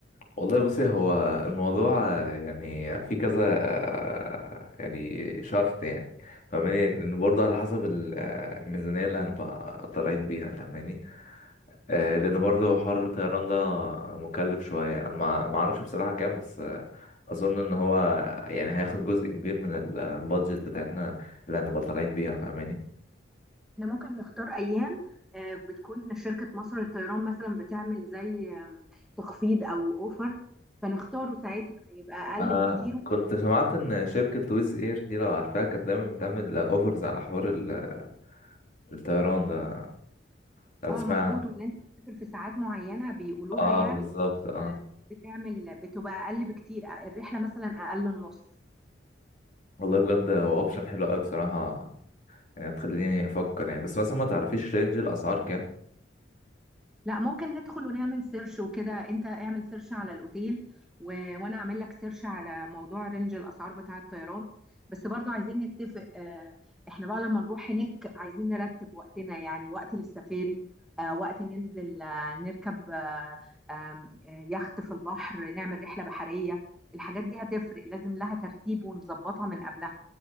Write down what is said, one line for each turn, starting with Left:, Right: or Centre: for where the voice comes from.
Left: والله بصي هو الموضوع آه، يعني في كذا آه، يعني شرط يعني فاهماني لان برضه على حسب ال- آه، الميزانيه اللي هنبقى طالعين بيها فاهماني آه، لان برضه حوار الطيران ده مكلف شويه انا ما ما اعرفش بصراحه كام بس آه، اظن ان هو يعني هياخد جزء كبير من البادجت بتاعتنا اللي هنبقى طالعين بيها فاهماني
Centre: احنا ممكن نختار ايام آه، بتكون شركة مصر للطيران مثلا بتعمل زي آم، تخفيض او اوفر فنختاره ساعتها هيبقى اقل
Left: انا
Centre: بكتير
Left: كنت سمعت ان شركة ويز اير دي لو عارفاها كانت دايما بتعمل اوفرز على حوار ال- الطيران ده لو تسمع
Centre: اه مظبوط
Left: عنه
Centre: وان انت بتسافر في ساعات معينة بيقولوها
Left: اه
Centre: يعني
Left: بالظبط اه
Centre: آه، بتعمل بتبقى اقل بكتير الرحلة مثلا اقل النص
Left: والله بجد هو اوبشن حلو قوي بصراحة يعني تخليني افكر يعني بس مثلا ما تعرفيش رينج الاسعار
Centre: لا ممكن ندخل ونعمل سيرش وكده انت اعمل سيرش على الاوتيل و... وانا اعمل لك سيرش على موضوع رينج الاسعار بتاع الطيران بس برضو عايزين نتفق اه احنا بقى لما نروح هناك عايزين نرتب وقتنا يعني وقت للسفاري اه وقت ننزل اه نركب اه آم، آه، يخت في البحر نعمل رحلة بحرية الحاجات دي هتفرق لازم لها ترتيب ونظبطها من قبلها